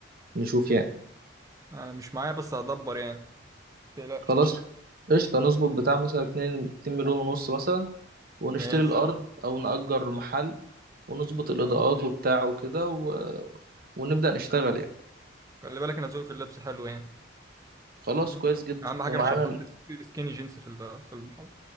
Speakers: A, on the right; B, on the right.
A: نشوف يعني
B: انا مش معايا بس هدبر يعني متقلقش
A: خلاص قشطة نظبط بتاع مثلا اتنين اتنين مليون ونص مثلا ونشتري
B: ماشي
A: الأرض أو نأجر محل ونظبط الإضاءات
B: اه
A: وبتاع وكده و... ونبدأ نشتغل يعني
B: خلي بالك انا ذوقي في اللبس حلو يعني
A: خلاص
B: مم.
A: كويس جدا
B: اهم حاجة
A: ومعانا
B: مش هنحط
A: ال-
B: س- سكيني جينز في ال- في المحل